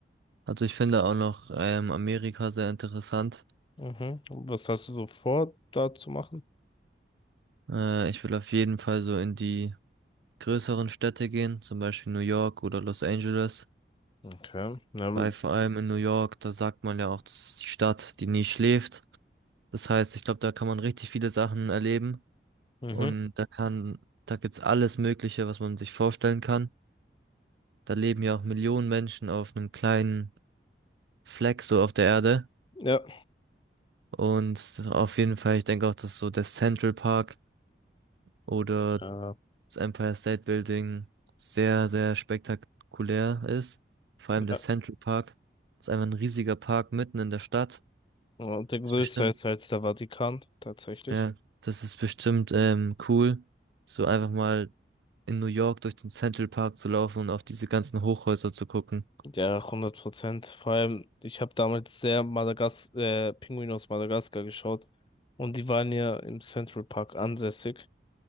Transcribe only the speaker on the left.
Mhm. Und was hast du so vor, da zu machen?
Okay. Na, w-
mhm.
Ja.
Ja.
Ja.
Und der größte
ist halt der Vatikan, tatsächlich.
Ja, hundert Prozent. Vor allem, ich habe damals sehr Madagas äh, Pinguin aus Madagaskar geschaut und die waren ja im Central Park ansässig.